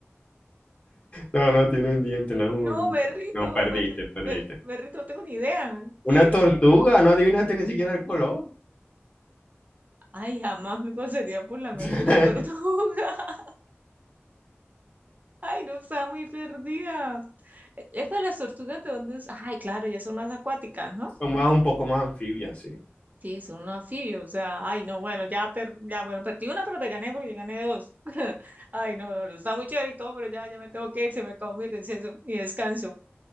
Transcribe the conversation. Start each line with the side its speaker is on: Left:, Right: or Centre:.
Left: No, no tiene dientes, no es un
Right: No,
Left: ornitorrinco.
Right: me rito,
Left: No, perdiste,
Right: me, ri-
Left: perdiste.
Right: me, me rito, no tengo ni idea. ¿Qué
Left: Una tortuga, no adivinaste ni siquiera el color.
Right: Ay, jamás me pasaría por la
Left: <laughs>
Right: mente una tortuga. <laughs> Ay, no, estaba muy perdida. Es para las tortugas de dónde es. Ay, claro, ya son más acuáticas, ¿no?
Left: Son más un poco más anfibias, sí.
Right: Sí, son un anfibio. O sea, ay, no, bueno, ya, per... ya, bueno, perdí una, pero te gané porque yo gané dos. <laughs> Ay, no, no, no, está muy chévere y todo, pero ya, ya me tengo que ir, se me acabó mi receso, mi descanso.